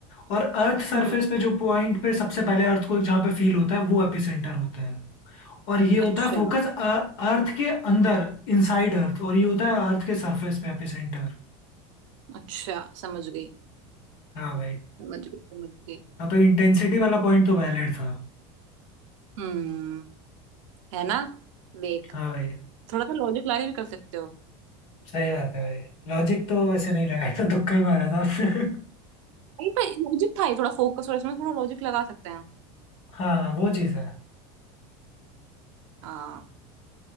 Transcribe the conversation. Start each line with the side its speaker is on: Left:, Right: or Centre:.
Left: और अर्थ सरफेस
Right: हम्म
Left: पे जो पॉइंट पे सबसे पहले अर्थक्वेक जहाँ पे फील होता है वो एपिसेंटर होता है और ये होता
Right: अच्छा
Left: है फोकस अर्थ के अंदर इनसाइड अर्थ और ये होता है अर्थ के सरफेस पे एपिसेंटर
Right: अच्छा समझ गई
Left: हाँ भाई
Right: समझ गई समझ गई
Left: हाँ तो इंटेंसिटी वाला पॉइंट तो वैलिड था
Right: हम्म है ना देख
Left: हाँ भाई
Right: थोड़ा सा लॉजिक लगा के भी कर सकते हो
Left: सही बात है भाई लॉजिक तो वैसे नहीं लगाया था तुक्का ही मारा था आपने
Right: नहीं पर लॉजिक था ये थोड़ा फोकस और इसमें थोड़ा लॉजिक लगा सकते हैं
Left: <laughs> हाँ वो चीज़ है
Right: हाँ